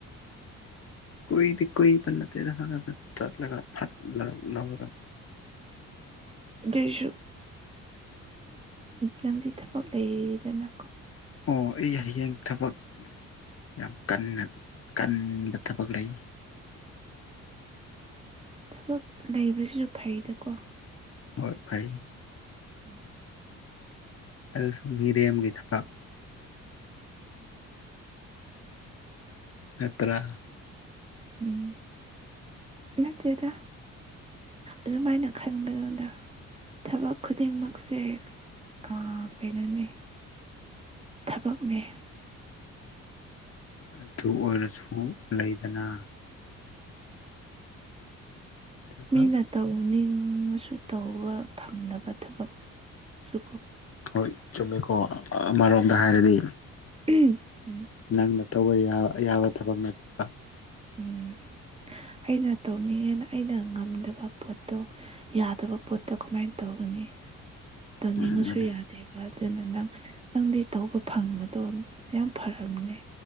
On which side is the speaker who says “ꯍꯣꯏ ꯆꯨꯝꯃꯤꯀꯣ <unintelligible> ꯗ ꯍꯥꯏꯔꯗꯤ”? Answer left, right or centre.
Left